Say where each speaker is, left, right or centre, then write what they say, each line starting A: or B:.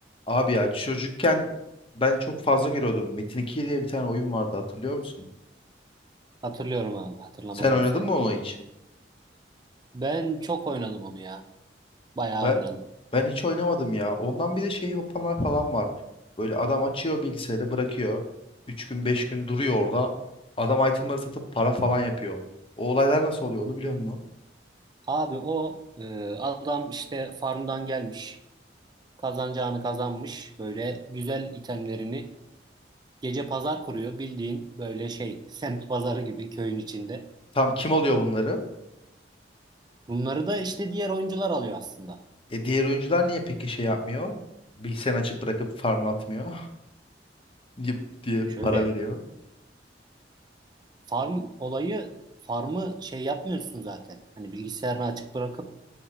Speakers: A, on the left; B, on the right.
A: Abi ya çocukken ben çok fazla giriyordum. Metin 2 diye bir tane oyun vardı hatırlıyor musun?
B: Hatırlıyorum abi. Hatırlamaz
A: Sen oynadın
B: olsaydım.
A: mı onu hiç?
B: Ben çok oynadım onu ya. Bayağı
A: Ben
B: oynadım.
A: ben hiç oynamadım ya. Ondan bir de şey hopanlar falan var. Böyle adam açıyor bilgisayarı bırakıyor. 3 gün 5 gün duruyor orada. Adam itemları satıp para falan yapıyor. O olaylar nasıl oluyor onu biliyor musun?
B: Abi o e, adam işte farmdan gelmiş. Kazanacağını kazanmış. Böyle güzel itemlerini gece pazar kuruyor. Bildiğin böyle şey <laughs> semt pazarı gibi köyün içinde.
A: Tam kim alıyor bunları?
B: Bunları da işte diğer oyuncular alıyor aslında.
A: E diğer oyuncular niye peki şey yapmıyor? Bilgisayarını açık bırakıp farmlatmıyor <laughs> diye diye
B: Şöyle
A: para veriyor.
B: farm olayı farmı şey yapmıyorsun zaten. Hani bilgisayarını açık bırakıp